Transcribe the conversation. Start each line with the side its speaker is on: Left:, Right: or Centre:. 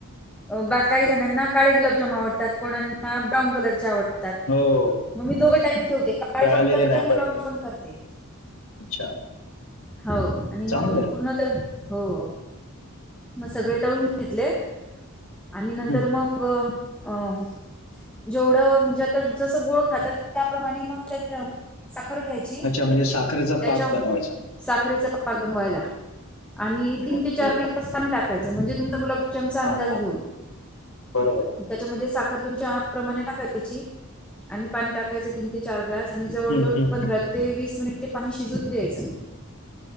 Centre: बाकाही जणांना काळे गुलाबजाम आवडतात, कोणाना ब्राऊन कलरचे आवडतात.
Left: हो
Centre: मग मी दोघं टाईप ठेवते, काळे
Left: जळालेले
Centre: पण करते
Left: नाही
Centre: आणि
Left: पाहिजे
Centre: ब्राऊन पण करते.
Left: अच्छा
Centre: हो आणि मग
Left: चांगलं
Centre: पूर्णतः हो. मग सगळे तळून घेतले, आणि नंतर
Left: हम्म
Centre: मग अं. जेवढं म्हणजे आता जसं गोड खातात त्याप्रमाणे, मग त्या साखर घ्याय ची
Left: अच्छा म्हणजे साखरेचा
Centre: त्यांच्या
Left: पाक बनवायचा मग
Centre: साखरेच पाणी पाक बनवायला आणि तीन
Left: ओके
Centre: ते चार ग्लास पाणी टाकायचं म्हणजे, तुमचा गुलाबजामचा
Left: हा
Centre: अंदाज
Left: हा
Centre: घेऊन.
Left: बरोबर.
Centre: त्याच्यामध्ये साखर तुमच्या आ प्रमाणे टाकायची, आणि पाणी टाकायचं तीन ते चार ग्लास आणि, जवळ
Left: हम्म,
Centre: जवळ
Left: हम्म,
Centre: पंधरा
Left: हम्म.
Centre: ते वीस मिनिट ते पाणी शिजू जू द्यायचं.